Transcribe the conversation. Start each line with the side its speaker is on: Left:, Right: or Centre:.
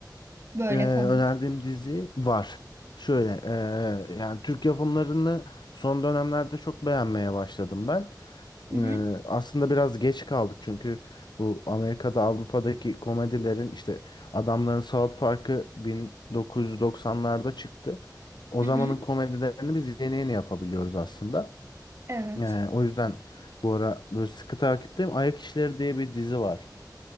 Right: Böyle
Left: Ee, önerdiğim
Right: komik.
Left: dizi var. Şöyle ee, yani Türk yapımlarını son dönemlerde çok beğenmeye başladım ben.
Right: Hı hı.
Left: Ee, aslında biraz geç kaldık çünkü bu Amerika'da Avrupa'daki komedilerin işte adamların South Park'ı 1990'larda çıktı. O
Right: Hı
Left: zamanın
Right: hı.
Left: komedilerini biz yeni yeni yapabiliyoruz aslında.
Right: Evet.
Left: Ee, o yüzden bu ara böyle sıkı takipteyim. Ayak İşleri diye bir dizi var.